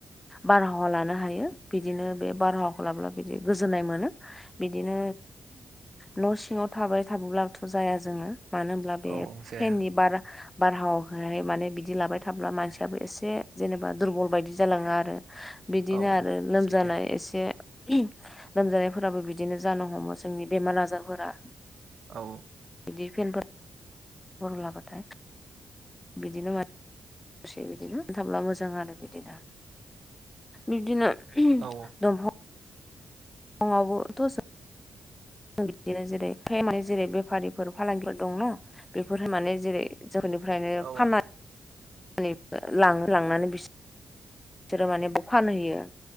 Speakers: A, on the left; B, on the right.
A: बारहावा लानो हायो। बिदिनो बे बारहावाखौ लाब्ला बिदि गोजोननाय मोनो। बिदिनो न' सिङाव थाबाय थाबोब्लाबोथ' जाया जोङो। मानो होमब्ला बे
B: औ जाया
A: फेननि बार बारहावहाय माने बिदि लाबाय थाब्ला मानसियाबो एसे जेनेबा दुरबल बायदि जालाङा आरो बिदिनो
B: औ औ
A: आरो लोमजानाय
B: सैथो
A: एसे लोमजानायफोराबो बिदिनो जानो हमो जोंनि बेमार आजारफोरा
B: औ
A: बिदि पेेनफोर ह लाबाथाय बिदिनो म दसे बिदिनो मोनथाबब्ला मोजां आरो बिदिनो बिब्दिनो <unintelligible>
B: औ
A: <unintelligible> बिदिनो जेरै जेरै बेफारिफोर फालांगिफोर दं न बेफोर माने जेरै जोंफोरनिफ्रायनो
B: औ
A: फाननानै ला लांनानै बिसोर बिसोरो मानेयाव फानहैयो